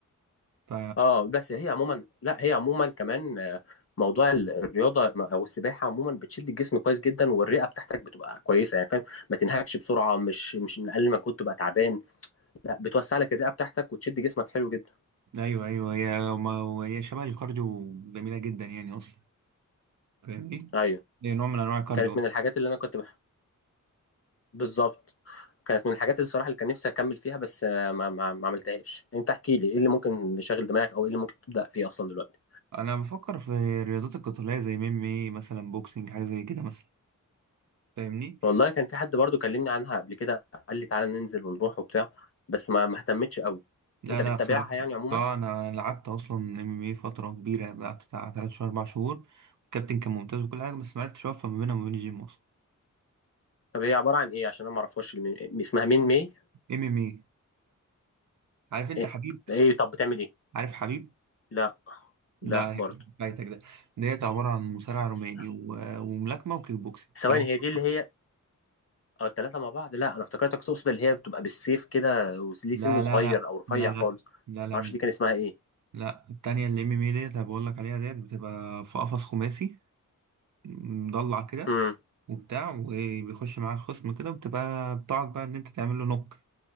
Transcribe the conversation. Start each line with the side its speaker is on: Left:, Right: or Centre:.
Right: ف
Left: اه بس هي عموما لا هي عموما كمان آه، موضوع ال- الرياضه م- او السباحه عموما بتشد الجسم كويس جدا والرئه بتاعتك بتبقى كويسه يعني فاهم ما تنهكش بسرعه مش مش من اقل ما كنت تبقى تعبان لا بتوسع لك الرئه بتاعتك وتشد جسمك حلو جدا
Right: ايوه ايوه هي ما هي شبه الكارديو جميله جدا يعني اصلا فاهمني؟
Left: ايوه
Right: هي نوع من انواع الكارديو
Left: كانت من الحاجات اللي انا كنت بح... بالظبط كانت من الحاجات اللي صراحه اللي كان نفسي اكمل فيها بس آه، ما ما ما عملتهاش انت احكي لي ايه اللي ممكن يشغل دماغك او ايه اللي ممكن تبدا فيه اصلا دلوقتي
Right: انا بفكر في الرياضات القتاليه زي ميمي مثلا بوكسينج حاجه زي كده مثلا فاهمني
Left: والله كان في حد برضو كلمني عنها قبل كده قال لي تعالى ننزل ونروح وبتاع بس ما ما اهتمتش قوي
Right: لا
Left: انت
Right: لا
Left: بتتابعها
Right: بصراحه
Left: يعني عموما
Right: اه انا لعبت اصلا ام ام فتره كبيره لعبت بتاع 3 شهور 4 شهور الكابتن كان ممتاز وكل حاجه بس ما عرفتش اوفق ما بينها وما بين الجيم اصلا
Left: طب هي عبارة عن ايه عشان انا ما اعرفهاش الم- اسمها مين مي
Right: ام ام اي عارف انت
Left: ايه
Right: حبيب
Left: إيه؟ طب بتعمل ايه
Right: عارف حبيب
Left: لا
Right: لا
Left: لا برضو
Right: فايتك ده ديت عباره عن مصارع روماني
Left: س-
Right: و- وملاكمه وكيك بوكسينج
Left: ثواني
Right: التلاتة
Left: هي دي
Right: فقط.
Left: اللي هي او الثلاثة مع بعض لا انا افتكرتك تقصد اللي هي بتبقى بالسيف كده وليه
Right: لا
Left: سن صغير
Right: لا لا
Left: او رفيع
Right: لا
Left: خالص
Right: لا
Left: ما
Right: لا لا
Left: اعرفش
Right: مش
Left: دي
Right: دي.
Left: كان اسمها ايه
Right: لا التانية اللي ام ام اي ديت انا بقول لك عليها ديت بتبقى في قفص خماسي مضلع كده
Left: امم
Right: وبتاع وبيخش معاك خصم كده وبتبقى بتقعد بقى ان انت تعمل له نوك